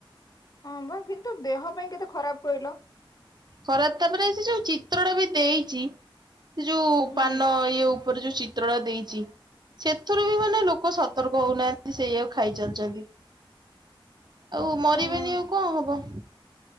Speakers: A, on the left; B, on the right.
A: ହଁ ପା କିନ୍ତୁ ଦେହ ପାଇଁ କେତେ ଖରାପ କହିଲ?
B: ଖରାପ ତାପରେ ସେ ଯୋଉ ଚିତ୍ର ଟା ବି ଦେଇଚି ସେ ଯୋଉ ପାନ
A: ଉଁ
B: ଇଏ ଉପରେ ଯୋଉ ଚିତ୍ର ଟା ଦେଇଚି। ସେଥିରୁ ବି ମାନେ ଲୋକ ସତର୍କ ହଉନାହାନ୍ତି ସେଇଆଉ ଖାଇ ଚାଲିଛନ୍ତି। ଆଉ ମରିବେନି
A: ହଁ
B: ଆଉ କଣ ହବ?